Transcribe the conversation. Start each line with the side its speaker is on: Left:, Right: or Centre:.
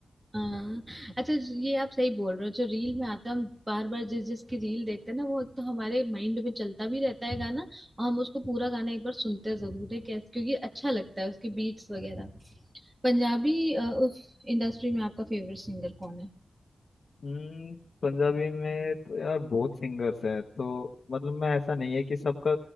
Right: हाँ। अच्छा ये आप सही बोल रहे हो जो रील में आता है, हम बार बार जिस जिसकी रील देखते हैं ना वो एक तो हमारे माइंड में चलता भी रहता है गाना और हम उसको पूरा गाना एक बार सुनते जरूर है कैसे क्योंकि अच्छा लगता है उसकी बीट्स वगैरह पंजाबी अ, उस इंडस्ट्री में आपका फेवरेट सिंगर कौन है
Left: हम्म, पंजाबी में तो यार बहुत सिंगर्स हैं तो मतलब मैं ऐसा नहीं है कि सबका